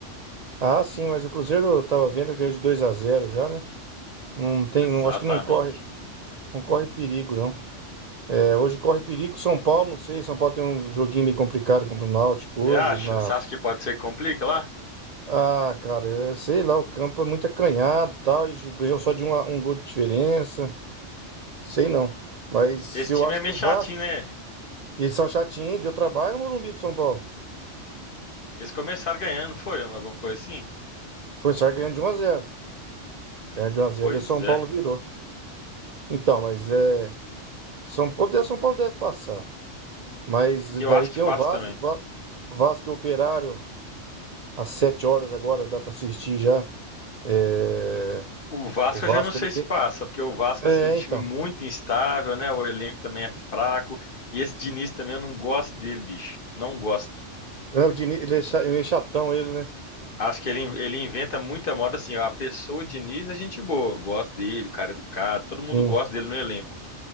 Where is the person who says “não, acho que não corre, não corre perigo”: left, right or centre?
Right